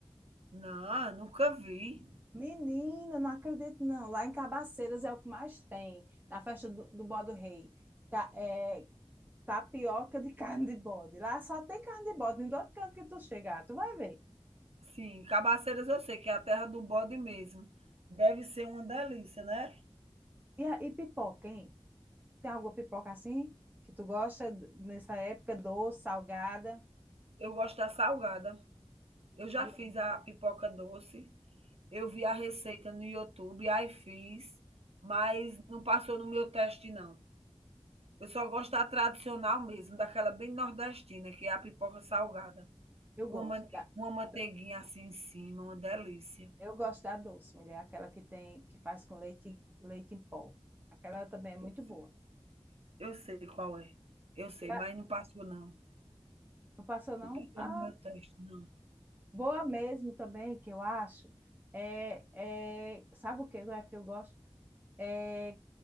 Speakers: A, on the right (about 65°); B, on the right (about 15°).
A: Não, nunca vi.
B: Menina, não acredito não. Lá em Cabaceiras é o que mais tem, na festa do, do Bode Rei. Tá, é, tapioca de <laughs> carne de bode. Lá só tem carne de bode, em todo canto que tu chegar, tu vai ver.
A: Sim, Cabaceiras eu sei que é a terra do bode mesmo. Deve ser uma delícia, né?
B: E, a- e pipoca, hein? Tem alguma pipoca assim que tu gosta d- nessa época, doce, salgada?
A: Eu gosto da salgada. Eu já
B: E
A: fiz
B: é-
A: a pipoca doce. Eu vi a receita no YouTube, aí fiz, mas não passou no meu teste, não. Eu só gosto da tradicional mesmo, daquela bem nordestina, que é a pipoca salgada,
B: eu
A: com
B: gosto
A: uma mante
B: da,
A: uma manteiguinha
B: da-
A: assim em cima, uma delícia.
B: eu gosto da doce, mulher, aquela que tem que faz com leite leite em pó. Aquela também é muito
A: Eu se
B: boa.
A: eu sei qual é, eu sei,
B: E
A: mas
B: a-
A: não passou não,
B: não passou não?
A: não passou
B: Ah,
A: no meu teste não.
B: Boa mesmo também, que eu acho, é, é- sabe o que é que eu gosto? É,